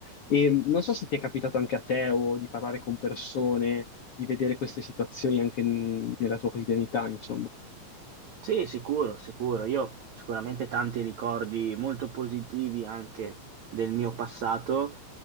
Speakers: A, on the left; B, on the right.
A: E mh, non so se ti è capitato anche a te o di parlare con persone, di vedere queste situazioni anche n- nella tua quotidianità, insomma.
B: Sì, sicuro, sicuro. Io ho sicuramente tanti ricordi molto positivi anche del mio passato,